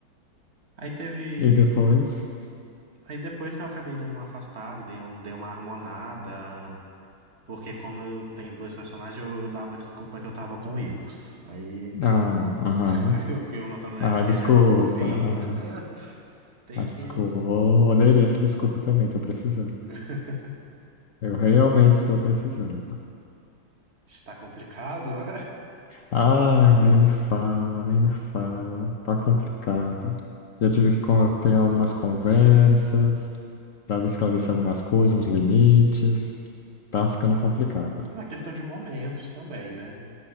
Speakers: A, on the right (about 35°); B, on the left (about 65°).
A: Aí teve.
B: E depois?
A: Aí depois que eu acabei dando uma afastada, dei, um, dei uma harmonada. Porque como eu tenho dois personagens, eu, eu dava desculpa que eu tava com hipos. Aí
B: Ah, aham.
A: <laughs> eu fiquei o Nathanael
B: Ah,
A: que
B: desculpa.
A: ele é o fofinho.
B: Aham.
A: É, tem
B: Ah,
A: que.
B: desculpa. Vou, vou aderir essa desculpa também. Tô precisando.
A: <laughs>
B: Eu realmente estou precisando.
A: Está complicado.
B: Ai, nem me fala, nem me fala. Tá complicado. Já tive que con- ter algumas conversas para esclarecer algumas coisas, uns limites. Tá ficando complicado.
A: É uma questão de momentos também, né?